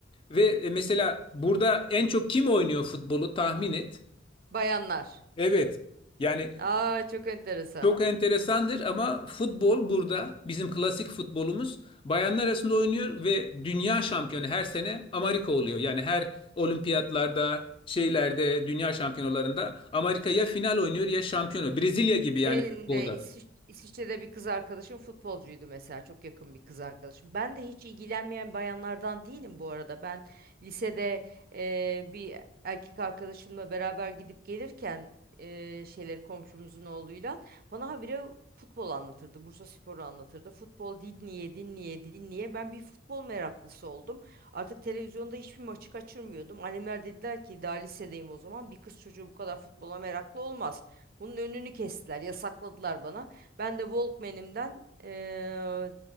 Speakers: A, on the left (about 30°); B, on the right (about 50°).
A: Ve e, mesela burada en çok kim oynuyor futbolu tahmin et.
B: Bayanlar.
A: Evet. Yani
B: Aa çok enteresan.
A: Çok enteresandır ama futbol burada bizim klasik futbolumuz bayanlar arasında oynuyor ve dünya şampiyonu her sene Amerika oluyor. Yani her olimpiyatlarda şeylerde dünya şampiyonalarında Amerika ya final oynuyor ya şampiyonu. Brezilya gibi yani
B: Benim
A: futbolda.
B: de İsviç- İsviçre'de bir kız arkadaşım futbolcuydu mesela. Çok yakın bir kız arkadaşım. Ben de hiç ilgilenmeyen bayanlardan değilim bu arada. Ben lisede eee, bir erkek arkadaşımla beraber gidip gelirken eee şeyleri komşumuzun oğluyla bana habire futbol anlatırdı. Bursa Spor'u anlatırdı. Futbol dinleye dinleye dinleye ben bir futbol meraklısı oldum. Artık televizyonda hiçbir maçı kaçırmıyordum. Annemler dediler ki daha lisedeyim o zaman bir kız çocuğu bu kadar futbola meraklı olmaz. Bunun önünü kestiler, yasakladılar bana. Ben de Walkman'imden eee,